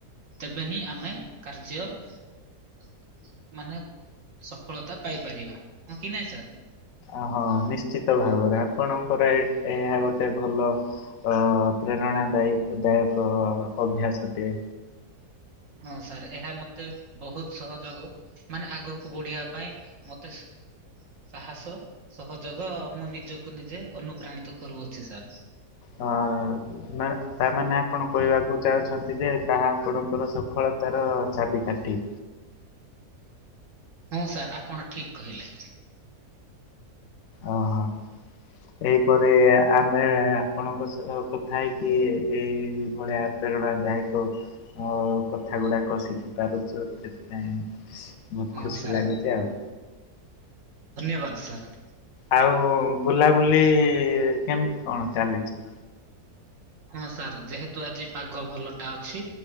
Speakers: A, on the right (about 55°); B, on the left (about 65°).
A: ତେବେ ହିଁ ଆମେ କାର୍ଯ୍ୟ। ଉ ଉ ମାନେ ସଫଳତା ପାଇ ପାରିବା ହଁ କି ନାଇଁ ସାର୍।
B: ଅ ହ ନିଶ୍ଚିତ ଭାବରେ ଆପଣଙ୍କର ଏହି ଏହା ଗୋଟେ ଭଲ। ଅ ପ୍ରେରଣା ଦାୟି ଦାୟକ ଅଭ୍ୟାସ ଦିଏ।
A: ହଁ ସାର୍ ଏହା ମତେ ବହୁତ ସହଯୋଗ। ମାନେ ଆଗକୁ ବଢିବା ପାଇଁ ମତେ। ସାହସ ସହଯୋଗ ମୁଁ ନିଜକୁ ନିଜେ ଅନୁପ୍ରାଣିତ କରୁଅଛି ସାର୍।
B: ହଁ। ମାନେ ତା ମାନେ ଆପଣ କହିବାକୁ ଚାହୁଁଛନ୍ତି ଯେ ତାହା ଆପଣଙ୍କର ସଫଳତାର। ଚାବି କାଠି।
A: ହଁ ସାର୍ ଆପଣ ଠିକ କହିଲେ।
B: ଓ ହଁ। ଏହିପରି ଆମେ ଆପଣଙ୍କ ସହ କଥା ହେଇକି ଏଇ ଭଳିଆ। ପ୍ରେରଣା ଦାୟକ ମୋ କଥା ଗୁଡ଼ାକ ଶିଖିପାରୁଛୁ ସେଥିପାଇଁ। ବହୁତ
A: ହଁ
B: ଖୁସି
A: ସାର୍
B: ଲାଗୁଚି ଆଉ।
A: ଧନ୍ୟବାଦ ସାର୍।
B: ଆଉ ବୁଲାବୁଲି କେମିତି କଣ ଚାଲିଛି।
A: ହଁ ସାର୍ ଯେହେତୁ ଆଜି ପାଗ ଭଲ ଟା ଅଛି